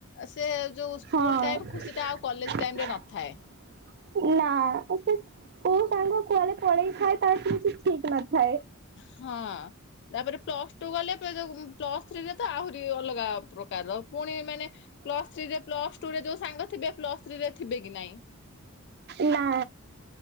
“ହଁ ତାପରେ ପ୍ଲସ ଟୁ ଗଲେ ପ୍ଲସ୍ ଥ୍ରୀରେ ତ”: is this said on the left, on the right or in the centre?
Left